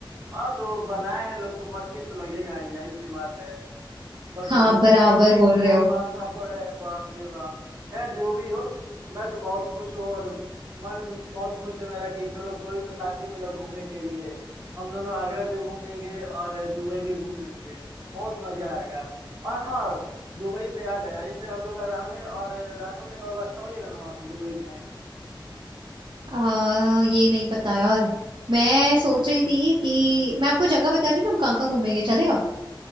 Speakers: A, on the right; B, on the right.
A: हाँ तो बनाए हैं लोग तो कॉस्टली तो लगेगा ही यही सी बात है बस
B: हाँ
A: घुसने
B: बराबर
A: का इतना
B: बोल रहे हो
A: महंगा पड़ा है बाप रे बाप खैर जो भी हो मैं तो बहुत खुश हूँ और मन बहुत खुश है मेरा कि चलो कोई तो साथी मिला घूमने के लिए हम दोनों आगरा भी घूम लेंगे और दुबई भी घूम लेंगे बहुत मजा आएगा और हाँ दुबई से याद आया जैसे हम लोग का रहने और रहने होने का व्यवस्था हो जाएगा ना वहाँ पे दुबई में
B: आ, ये नहीं पता यार मैं सोच रही थी कि मैं आपको जगह बता दी ना हम कहाँ कहाँ घूमेंगे चले